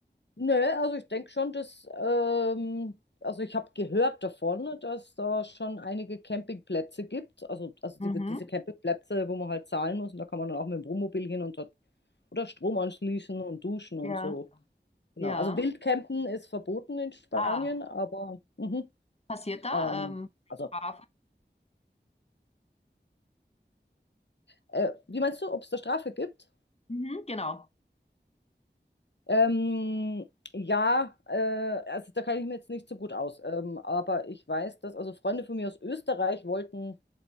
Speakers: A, on the left; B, on the left.
A: Nö, also ich denke schon, dass, ähm, also ich habe gehört davon, dass da schon einige Campingplätze gibt. Also, also
B: Mhm.
A: die, diese Campingplätze, wo man halt zahlen muss und da kann man dann auch mit dem Wohnmobil hin und dort oder Strom anschließen und duschen und
B: Ja.
A: so. Genau.
B: Ja.
A: Also Wildcampen ist verboten in Spanien,
B: Ah,
A: aber mhm.
B: passiert da?
A: Ähm,
B: Ähm,
A: also,
B: Strafe?
A: äh, wie meinst du, ob es da Strafe gibt?
B: Mhm, genau.
A: Ähm, ja, äh, also da kann ich mir jetzt nicht so gut aus. Ähm, aber ich weiß, dass also Freunde von mir aus Österreich wollten